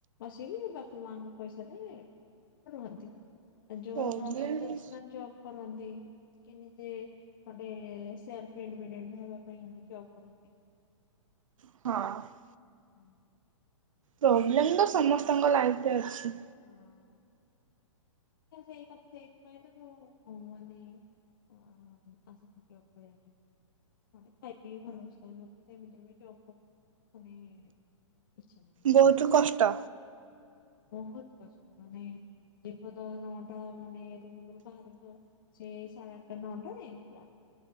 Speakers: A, on the left; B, on the right.
A: ବସିକି ବାପା ମାଙ୍କ ପଇସାରେ ରୁହନ୍ତି ଆଉ ଯୋଉମାନଙ୍କର
B: ପ୍ରୋବ୍ଲେମ୍
A: ଅସୁବିଧା ଅଛି, ସେମାନେ ଜବ କରନ୍ତି କି ନିଜେ ଗୋଟେ ସେଲ ଇଣ୍ଡେପେଣ୍ଡେଣ୍ଟ ହେବା ପାଇଁ ଜବ୍ କରନ୍ତି।
B: ହଁ।
A: ହୁଁ।
B: ପ୍ରୋବ୍ଲେମ ତ ସମସ୍ତଙ୍କ ଲାଇଫରେ ଅଛି।
A: ହଁ। ମୁଁ ସେଇ କଥା ସେଇଥିପାଇଁ ତ ମୁଁ ମାନେ ଓହୋ ଆସିଛି ଜବ କରିବା ପାଇଁ। ନହେଲେ ଖାଇ ପିଇକି ଘରେ ବସିଥାଏ, ମୋତେ ତ ଏମିତି ରେ ବି ଜବ୍ ଫବ୍ କରି ଇଚ୍ଛା ନାହିଁ।
B: ବହୁତ କଷ୍ଟ
A: ବହୁତ କଷ୍ଟ ମାନେ ଜୀବ ତ ଅଧ ଘଣ୍ଟା ମାନେ ରୁମ ରୁ ବାହାରିବ ସେ ସାଢ଼େ ଆଠଟା ନଅଟାରେ ହେଲା,